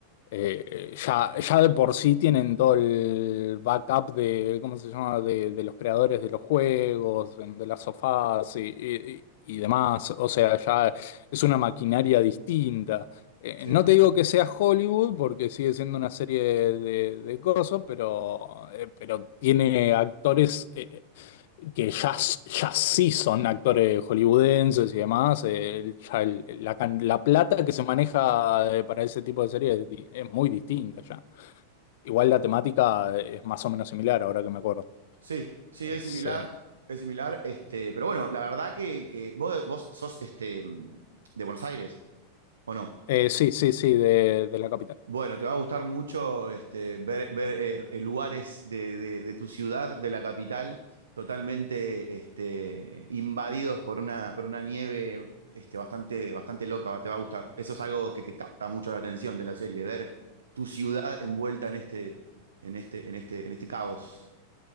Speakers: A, on the left; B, on the right.
A: eh, eh, ya, ya de por sí tienen todo el backup de, ¿cómo se llama?, de, de los creadores de los juegos, de las sofás y, y- y demás. O sea, ya es una maquinaria distinta. Eh,
B: Sí.
A: no te digo que sea Hollywood, porque sigue siendo una serie de, de cosas, pero, eh, pero tiene actores. eh, que ya, ya sí son actores hollywoodenses y demás, eh, el- ya el- la, can- la plata que se maneja eh, para ese tipo de series es, di- es muy distinta ya. Igual la temática es más o menos similar, ahora que me acuerdo.
B: Sí, sí,
A: Es,
B: es similar,
A: eh,
B: es similar, este, pero bueno, la verdad que, que vos, vos sos este, de Buenos Aires, ¿o no?
A: eh, sí, sí, sí, de, de la capital.
B: Bueno, te va a gustar mucho este, ver, ver, eh, eh, lugares de, de- de tu ciudad, de la capital, totalmente este, invadidos por una, por una nieve este, bastante, bastante loca, te va a gustar. Eso es algo que te capta mucho la atención de la serie, ver tu ciudad envuelta en este, en este, en este, en este caos.